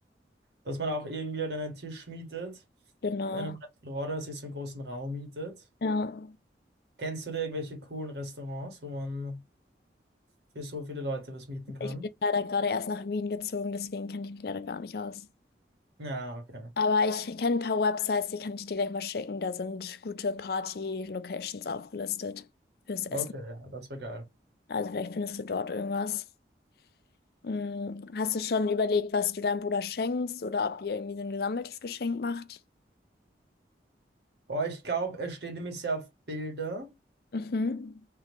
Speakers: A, on the right (about 70°); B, on the left (about 55°).
A: Dass man auch irgendwie halt einen Tisch mietet,
B: Genau.
A: in einem Restaurant oder sich so einen großen Raum mietet.
B: Ja.
A: Kennst du da irgendwelche coolen Restaurants, wo man für so viele Leute was mieten kann?
B: Ich bin leider gerade erst nach Wien gezogen, deswegen kenne ich mich leider gar nicht aus.
A: Ja, okay.
B: Aber ich kenne ein paar Websites, die kann ich dir gleich mal schicken. Da sind gute Party-Locations aufgelistet fürs Essen.
A: Okay, ja, das wäre geil.
B: Also vielleicht findest du dort irgendwas. Hm, Hast du schon überlegt, was du deinem Bruder schenkst oder ob ihr irgendwie so ein gesammeltes Geschenk macht?
A: Boah, ich glaube, es stehen nämlich sehr auf Bilder.
B: Mhm.